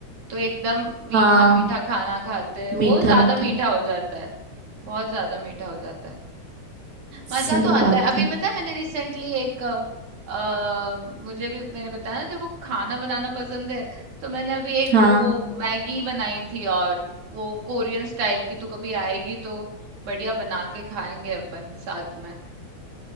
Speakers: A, on the right (about 85°); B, on the right (about 30°).
A: तो एकदम मीठा
B: हाँ
A: मीठा खाना खाते हैं
B: मीठा
A: वो ज्यादा
B: मीठा
A: मीठा हो जाता है बहुत ज्यादा मीठा हो जाता है मज़ा
B: सही
A: तो आता
B: बात
A: है। अभी
B: है
A: पता है मैंने रिसेंटली एक अ, अ, मुझे भी मैंने बताया ना तेरे को खाना बनाना पसंद है, तो मैंने अभी एक
B: हाँ
A: वो मैगी बनाई थी और वो कोरियन स्टाइल की तू कभी आएगी तो बढ़िया बना के खाएंगे अपन साथ में।